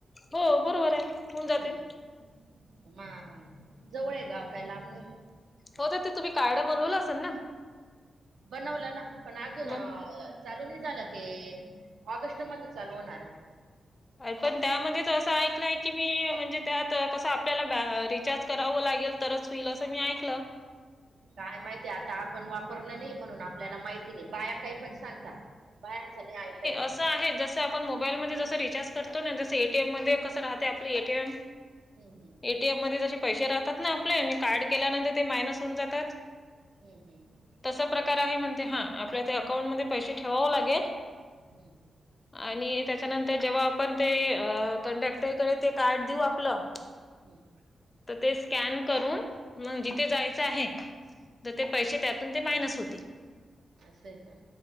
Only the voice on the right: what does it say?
हम्म
म मा जवळे गाव काय लांब नही.
बनवलं ना. पण अजून
चालू नाही झालं ते. ऑगस्ट मध्ये चालू होणारे.
काय माहितीय आता? आपण वापरलं नाही. म्हणून आपल्याला माहिती नाही. बाया काही पण सांगता. बयांचं नाही ऐकायचं.
हम्म हम्म.
हम्म हम्म
हम्म हम्म.
हम्म.
हम्म
असंय का?